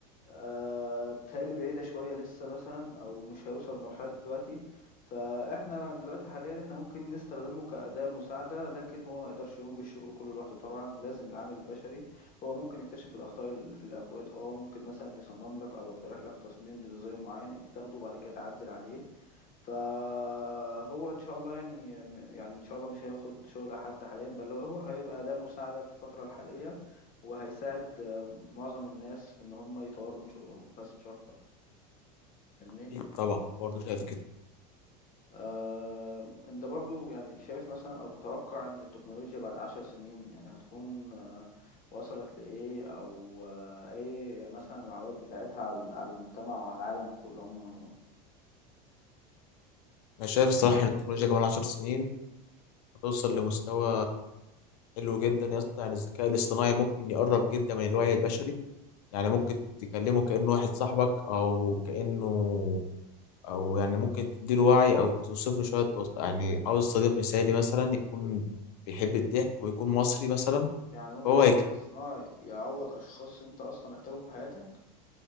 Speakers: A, on the left; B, on the left.
A: آه، بتهيألي بعيدة شوية لسه مثلا أو مش هيوصل لمرحلة دلوقتي فإحنا دلوقتي حاليا إحنا ممكن نستخدمه كأداة مساعدة لكن هو ما يقدرش يقوم بالشغل كله لوحده طبعا لازم العامل البشري هو ممكن يكتشف الأخطاء اللي في الأكواد أه ممكن مثلا يصمم لك أو يقترح لك تصميم لديزاين معين أنت تاخده وبعد كده تعدل عليه فهو ان شاء الله يعني يعني ان شاء الله مش هياخد شغل حد حاليا بل هو هيبقى ده مساعدة في الفترة الحالية وهيساعد آه، معظم الناس في ان هم يطوروا من شغلهم بس مش اكتر فاهمني
B: أكيد طبعا برضه شايف كده
A: آه، انت برضو يعني شايف مثلا او تتوقع ان التكنولوجيا بعد عشر سنين يعني هتكون آه، وصلت لإيه او آه، ايه مثلا العوائد بتاعتها على على المجتمع وعلى العالم كله عموما يعني
B: انا شايف الصراحه ان التكنولوجيا كمان 10 سنين هتوصل لمستوى حلو جدا يا اسطى يعني الذكاء الاصطناعي ممكن يقرب جدا من الوعي البشري يعني ممكن تكلمه كانه واحد صاحبك او كانه او يعني ممكن تديله وعي او توصف له شويه وص- يعني عاوز صديق مثالي مثلا يكون بيحب الضحك ويكون مصري مثلا
A: يعني ممكن
B: هو
A: الذكاء
B: هيك
A: الصناعي يعوض اشخاص انت اصلا محتاجهم في حياتك